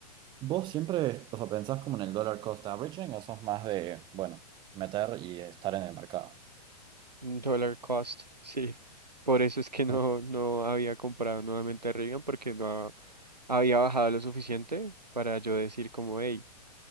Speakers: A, on the right; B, on the right.
A: ¿Vos siempre, o sea, pensás como en el dollar cost averaging o sos más de, bueno, meter y estar en el mercado?
B: Dollar cost, <laughs> sí. Por eso es que
A: Ajá.
B: no, no había comprado nuevamente Rivian porque no había bajado lo suficiente para yo decir como, hey,